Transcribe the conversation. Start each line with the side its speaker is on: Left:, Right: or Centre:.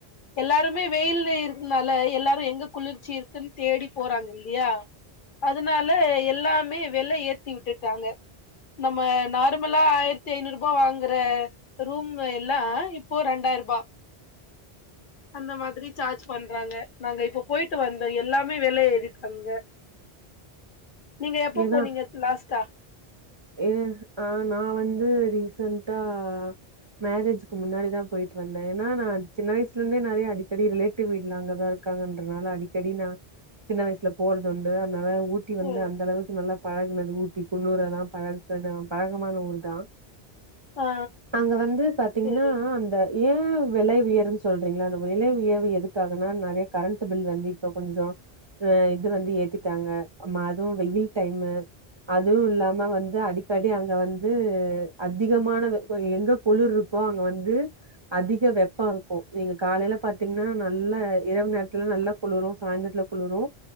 Left: எல்லாருமே வெயில்ல இருக்குனுல எல்லாரு எங்க குளிர்ச்சி இருக்குன் தேடி போறாங்க இல்லையா அதுனால எல்லாமே வெல ஏத்தி விட்டுட்டாங்க நம்ம நார்மலா ஆயிரத்தி ஐநூறு ரூபா வாங்கற ரூம் எல்லா இப்போ ரெண்டாய் ரூபா அந்த மாதிரி சார்ஜ் பண்றாங்க நாங்க இப்ப போயிட்டு வந்தோ எல்லா மே வில ஏறிட்டு அங்க நீங்க எப்ப
Right: ஏன்னா
Left: போனீங்க லாஸ்டா
Right: ஏ ஆ நா வந்து ரீசன்ட்டா மேரேஜ்க்கு முன்னாடிதா போயிட்டு வந்தே ஏன்னா நா சின்ன வயசுல இருந்தே நிறைய அடிக்கடி ரிலேட் சித்தி வீட்ல அங்கதா இருக்காங்கன்றனால அடிக்கடி நா சின்ன வயசுல போறதுண்டு அதனால ஊட்டி வந்து
Left: ஓ
Right: அந்த அளவுக்கு நல்லா பழகுனது ஊட்டி குன்னூர் எல்லா பழகு பழக்கமான ஊர் தா
Left: ஆ
Right: அங்க வந்து பாத்தீங்கன்னா
Left: சேரி
Right: அந்த ஏ விலை உயர்ன்னு சொல்றீங்களா அந்த விலை உயர்வு எதுக்காகனா நிறைய கரண்ட் பில் வந்து இப்போ கொஞ்சோ அ இது வந்து ஏத்திட்டாங்க ம் அதுவு வெயில் டைமு அதுவு இல்லாம வந்து அடிக்கடி அங்க வந்து அதிகமான வெப்பம் எங்ககுளிரு இருக் இப்போ அங்க வந்து அதிகோ வெப்பம் இருக்கும் நீங்க காலையில பாத்தீங்கன்னா நல்லா இரவு நேரத்துல நல்லா குளுரு சாயந்திரத்துல குளுரு